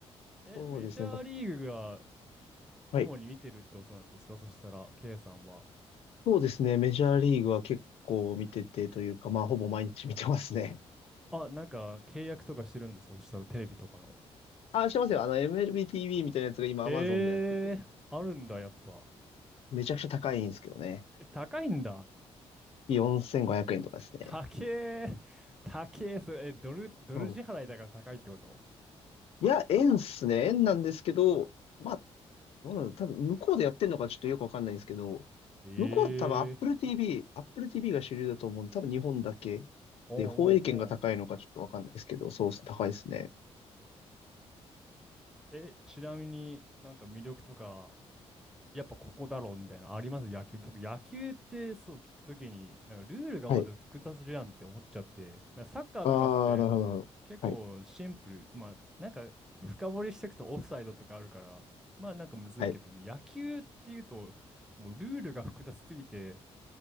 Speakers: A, in the centre; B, on the left.
A: え、
B: そうですね。
A: メジャーリーグが
B: まあはい。
A: 主に見てるってことなんですかそしたら、K さんは。
B: そうですね。メジャーリーグは結構見ててというか、まあほぼ毎日見てますね。
A: あ、なんか契約とかしてるんですかそしたら、テレビとかの。
B: あ、してますよ。あの、MLBTV みたいなやつが今
A: えー、
B: Amazon でやってて、
A: あるんだ、やっぱ。
B: めちゃくちゃ高いんですけどね。
A: え、高いんだ。
B: 4500円とかですね。
A: 高え、高え、それ、え、ドル、ドル支払いだから高いってこと
B: <laughs> うんいや、円っすね。円なんですけど、まあ、どうなの多分向こうでやってんのかちょっとよくわかんないんですけど、
A: ええー、
B: 向こうは多分 Apple TV、Apple TV が主流だと思うんで、多分日本だけで、
A: おうおうおう。
B: 放映権が高いのかちょっとわかんないですけど、そうっす、高いですね。
A: え、ちなみになんか魅力とか、やっぱここだろうみたいなのあります野球。僕、野球ってそう聞くときに、なんかルールがまず複雑じゃんって思っちゃって、
B: はい。
A: なんかサッカーとかって
B: ああ、なるほど、なるほど。
A: 結構シンプル、
B: はい。
A: まあなんか深掘りしていくとオフサイドとかあるから、まあなんかむずいけどね、
B: はい。
A: 野球っていうと、もうルールが複雑すぎて、